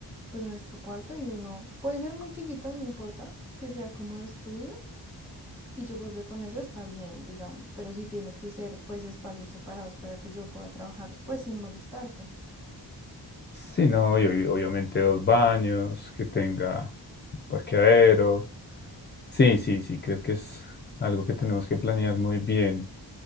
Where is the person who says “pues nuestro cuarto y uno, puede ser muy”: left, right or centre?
Centre